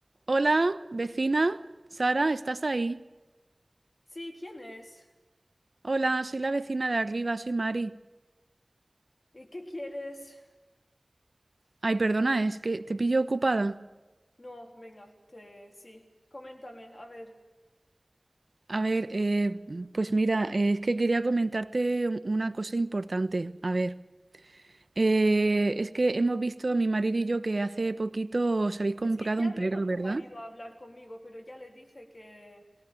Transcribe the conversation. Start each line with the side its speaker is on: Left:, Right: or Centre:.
Right: Hola, vecina. Sara, ¿estás ahí?
Left: Sí, ¿quién es?
Right: Hola, soy la vecina de arriba, soy Mari.
Left: ¿Y qué quieres?
Right: Ay, perdona, es que te pillo ocupada.
Left: No, venga, te... sí, coméntame, a ver.
Right: A ver, eh, pues mira, eh, es que quería comentarte un- una cosa importante. A ver, eh, es que hemos visto mi marido y yo que hace poquito os habéis comprado
Left: Es que ya
Right: un
Left: vino
Right: perro,
Left: tu
Right: ¿verdad?
Left: marido a hablar conmigo, pero ya le dije que,